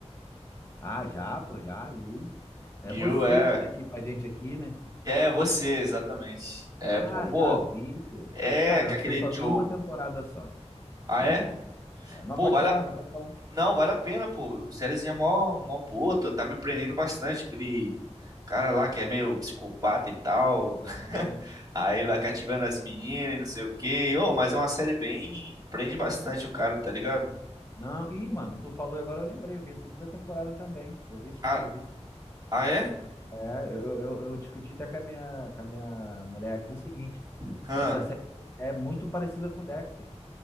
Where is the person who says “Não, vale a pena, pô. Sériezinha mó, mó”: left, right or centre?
Right